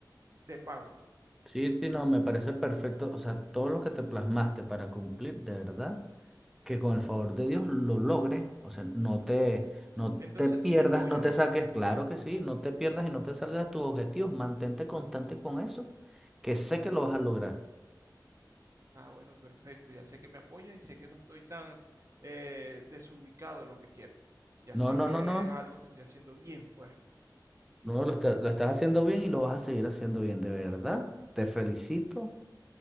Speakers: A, on the right (about 45°); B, in the centre.
A: de pago.
B: Sí, sí, no, me parece perfecto. O sea, todo lo que te plasmaste para cumplir, de verdad, que con el favor de Dios lo logres. O sea, no te, no
A: Entonces
B: te pierdas,
A: tú me apoyas.
B: no te saques, claro que sí, no te pierdas y no te salgas de tus objetivos. Mantente constante con eso, que sé que lo vas a lograr.
A: Ah, bueno, perfecto. Ya sé que me apoyas y sé que no estoy tan eh, desubicado en lo que quiero. Ya
B: No,
A: sé
B: no,
A: que
B: no, no.
A: es algo que estoy haciendo bien, pues.
B: No, lo está- lo estás haciendo bien y lo vas a seguir haciendo bien, de verdad. Te felicito.